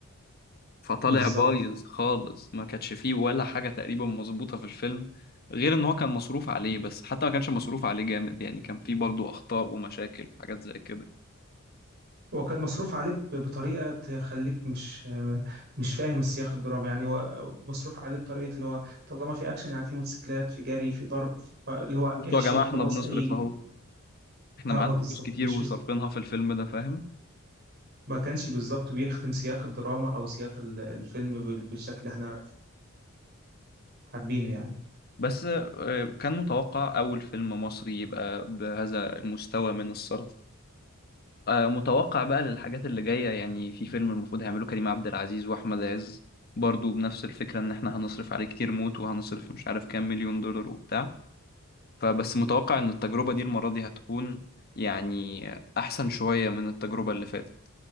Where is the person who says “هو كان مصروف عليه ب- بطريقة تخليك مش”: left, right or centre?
Right